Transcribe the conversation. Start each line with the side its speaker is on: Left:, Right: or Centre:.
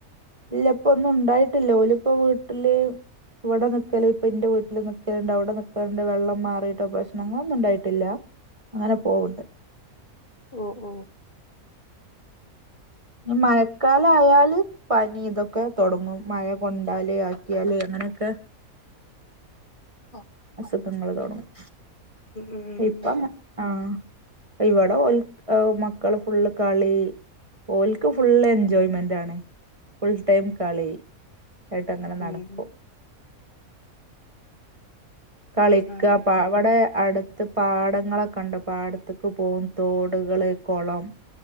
Right: ഇല്ല ഇപ്പ ഒന്നും ഉണ്ടായിട്ടില്ല ഓലിപ്പോ വീട്ടില് ഇവിടെ നിക്കല് ഇപ്പ ഇന്റെ വീട്ടില് നിക്കലുണ്ട് അവിടെ നിക്കലുണ്ട് വെള്ളം മാറിയിട്ട് പ്രശ്നങ്ങളൊന്നും ഉണ്ടായിട്ടില്ല അങ്ങനെ പോവ്ണ്ട്
Left: ഓഹ് ഓഹ്
Right: ഞ്ഞ് മഴക്കാലായാല്. പനി ഇതൊക്കെ തൊടങ്ങും മഴ കൊണ്ടാല് ആക്കിയാല് അങ്ങനൊക്കെ.
Left: ഓഹ്
Right: അസുഖങ്ങള് തൊടങ്ങും
Left: ഉം
Right: ഇപ്പ ആഹ് ഇവിടെ ഓൽ ഏഹ് മക്കള് ഫുള്ള് കളി ഓൽക്ക് ഫുള്ള് എൻജോയ്മെന്റാണ് ഫുൾ ടൈം കളി. ആയിട്ടങ്ങനെ നടക്കും.
Left: ഉം
Right: കളിക്കാ
Left: ആഹ്
Right: പാ ഇവിടെ അടുത്ത് പാടങ്ങളൊക്കെ ഇണ്ട് പാടത്തേക്ക് പോകും തോടുകള് കൊളം.